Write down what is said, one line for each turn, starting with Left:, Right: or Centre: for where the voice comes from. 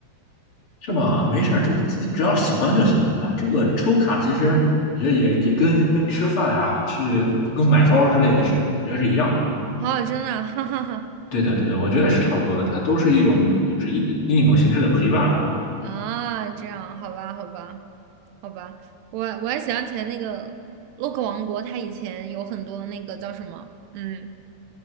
Left: 是吗？没事儿，这自己只要喜欢就行了，对吧？这个抽卡其实我觉得也也跟跟吃饭呀、去跟买包之类的是，我觉得是一样的。
Right: 哦，真的啊 <laughs> 哈哈哈
Left: 对的，对的，我觉得是差不多的，它都是一种就是一另一种形式的陪伴。
Right: 啊，这样，好吧，好吧，好吧。我我还想起来那个洛克王国，它以前有很多那个叫什么，嗯，